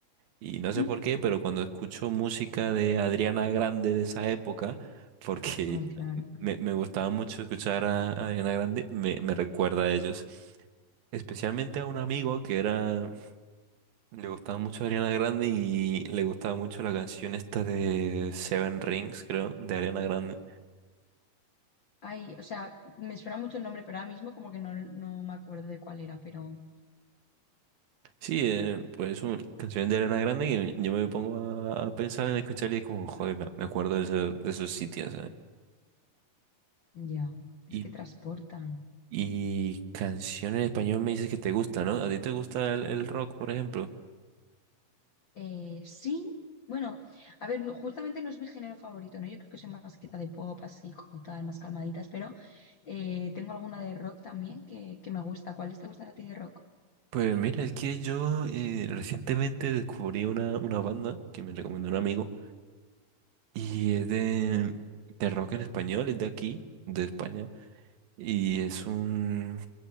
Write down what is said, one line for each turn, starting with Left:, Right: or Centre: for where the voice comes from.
Right: Y no sé
Left: ¿Mm?
Right: por qué, pero cuando escucho música de Adriana Grande de esa época, <laughs> porque
Left: Ay, claro.
Right: me, me gustaba mucho escuchar a Adriana Grande, me, me recuerda a ellos. Especialmente a un amigo que era, le gustaba mucho Ariana Grande y le gustaba mucho la canción esta de Seven Rings, creo, de Ariana Grande.
Left: Ay, o sea, me suena mucho el nombre, pero ahora mismo como que no, no me acuerdo de cuál era, pero
Right: Sí, eh, pues una canción de Ariana Grande que yo me pongo a, a pensar en escuchar y es como, joder, me, me acuerdo de, eso- de esos sitios, ¿sabes?
Left: ya, es
Right: Y
Left: que transportan.
Right: Y canción en español me dices que te gusta, ¿no? ¿A ti te gusta el, el rock, por ejemplo?
Left: Eh, sí, bueno, a ver, no- justamente no es mi género favorito, ¿no? Yo creo que soy más quieta de pop, así como tal, más calmaditas, pero eh, tengo alguna de rock también que, que me gusta. ¿Cuáles te gustan a ti de rock?
Right: Pues mira, es que yo eh, recientemente descubrí una, una banda que me recomendó un amigo y es de, de rock en español, es de aquí, de España, y es un...